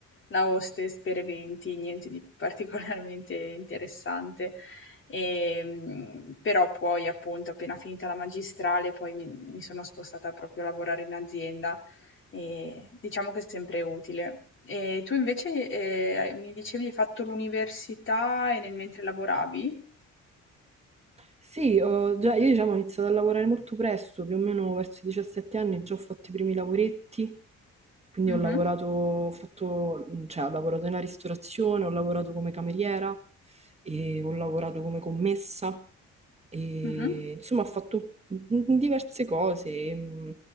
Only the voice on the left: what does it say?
la hostess per eventi, niente di <laughs> particolarmente interessante. Ehm, però poi appunto appena finita la magistrale poi mi mi sono spostata proprio a lavorare in azienda e diciamo che è sempre utile. E tu invece, ehm, mi dicevi hai fatto l'università e nel mentre lavoravi?
Mh-mh,
mh-mh,